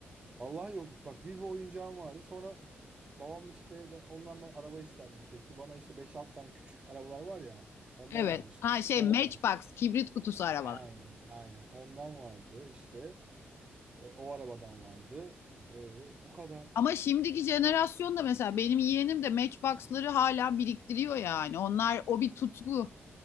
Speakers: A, on the right (about 25°); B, on the left (about 70°).
A: Vallahi yokmuş. Bak bir bir oyuncağım vardı. Sonra babam işte de- ondan ben araba isterdim sürekli. Bana işte beş 6 tane küçük arabalar var ya ondan
B: Evet.
A: almıştı.
B: Ha şey
A: O
B: Matchbox
A: vardı.
B: kibrit kutusu arabalar.
A: Aynen. Aynen. Ondan vardı işte. E, o arabadan vardı. E, bu kadar.
B: Ama şimdiki jenerasyonda mesela benim yeğenim de Matchbox'ları hala biriktiriyor yani. Onlar o bir tutku.